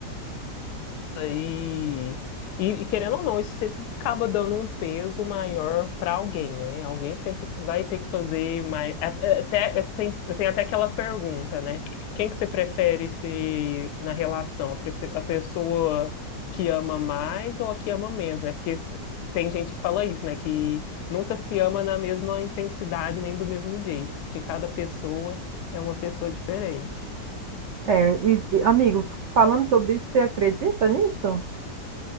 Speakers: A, on the left; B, on the right.
A: Nossa, e, e, e querendo ou não, isso sempre acaba dando um peso maior para alguém, né? Alguém sempre vai ter que fazer mais. a- a- Até, é, tem, tem até aquela pergunta, né? Quem que você prefere ser na relação? A, prefe- a pessoa que ama mais ou a que ama menos, né? Porque tem gente que fala isso, né? Que nunca se ama na mesma intensidade nem do mesmo jeito, porque cada pessoa é uma pessoa diferente.
B: É, e- e, amigo, falando sobre isso, você acredita nisso?